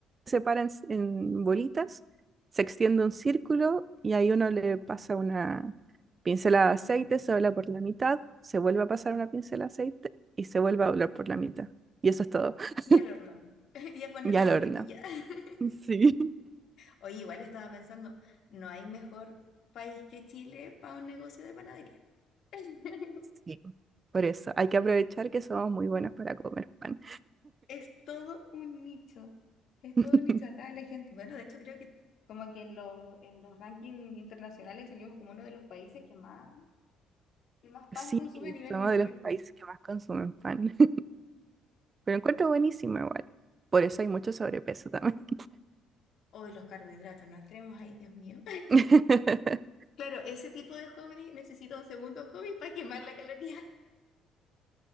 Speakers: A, on the right; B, on the left.
A: se para en, en bolitas, se extiende un círculo y ahí uno le pasa una pincelada de aceite, se dobla por la mitad, se vuelve a pasar una pincelada de aceite y se vuelve a doblar por la mitad. Y eso es todo. <laughs>
B: Y al horno. <laughs> Y a ponerle
A: Y al
B: mantequilla.
A: horno.
B: <laughs>
A: Sí.
B: Oye, igual estaba pensando, no hay mejor país que Chile para un negocio de panadería. <laughs>
A: Sí, por eso hay que aprovechar que somos muy buenos para comer pan.
B: Es todo un nicho. Es
A: <laughs>
B: todo un nicho acá. La gente, bueno, de hecho creo que como que en, los en los rankings internacionales salimos como uno de los países que más, que más
A: Sí,
B: pan consume a nivel
A: somos
B: mundial.
A: de los países que más consumen pan, <laughs> pero encuentro buenísimo igual. Por eso hay mucho sobrepeso también.
B: Hoy los carbohidratos, no entremos ahí, Dios mío.
A: <laughs>
B: Claro, ese tipo de hobby necesita un segundo hobby para quemar la caloría. <laughs>